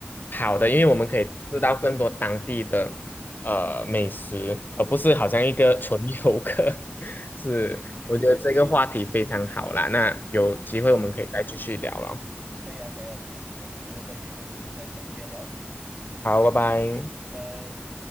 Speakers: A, on the left; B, on the right.
A: 好的，
B: 是是是是，
A: 因为我们可以知道更多当地的呃美食，而不是好像一个
B: 可以，
A: <laughs> 纯游客。<laughs> 是，
B: 对对对，
A: 我觉得这个话题非常好啦，
B: 哎，
A: 那有机会我们可以再继续聊了。
B: <laughs> 哼哼，可以啊，可以啊，没问题，我们之后再约一个时间再详细的聊了，
A: 好，拜拜。
B: 拜拜。